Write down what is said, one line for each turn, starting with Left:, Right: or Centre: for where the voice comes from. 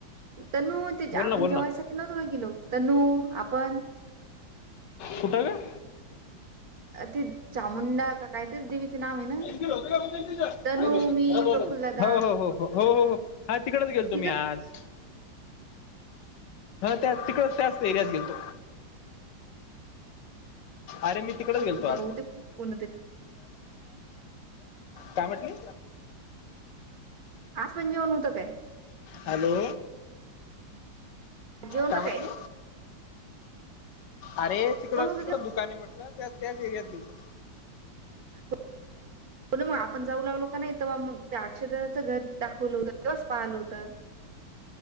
Right: तनु
Left: बोल
Right: आपण
Left: ना बोल
Right: जेवायसाठी
Left: ना
Right: नव्हतो होय गेलो तनु आपण.
Left: कुठं ग?
Right: ती चामुुंडा का
Left: हो
Right: काहीतरी देवीचं
Left: हो
Right: नाव आहे ना
Left: हो हो
Right: तनू
Left: हो
Right: मी
Left: हो.
Right: प्रफुल्ल दादा
Left: हा तिकडचं गेलोवतो मी
Right: तिथंच
Left: आज. हा त्या तिकडे त्या एरियात गेलतो. अरे मी तिकडच गेलतो
Right: इथं
Left: आज.
Right: बहुतेक कोणतरी
Left: काय म्हंटली?
Right: आज पण जेवण होतं काय?
Left: हॅलो.
Right: जेवण
Left: काय
Right: तर
Left: म्हंटली? अरे
Right: जेवण
Left: तिकडं
Right: होतं
Left: तिकडं दुकान आहे म्हटलं त्या त्याच एरियात गेलतो.
Right: हो ना मग आपण जाऊ लागलो कनई तवा मग अक्षर दादाचं घर दाखवलं होतं. त्योच पाहिल होतं.